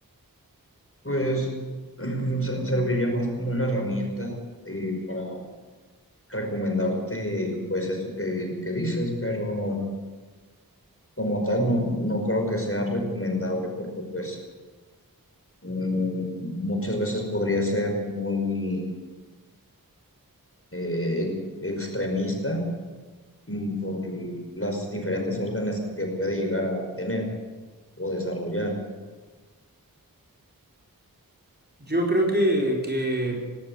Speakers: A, on the left; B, on the right.
A: Pues <clears throat> se- serviría más como una herramienta eh, para recomendarte pues esto que, que dices, pero como tal no, no creo que sea recomendable porque pues mm, muchas veces podría ser muy eh, e- extremista mm, por las diferentes órdenes que puede llegar a tener o desarrollar.
B: Yo creo que, que,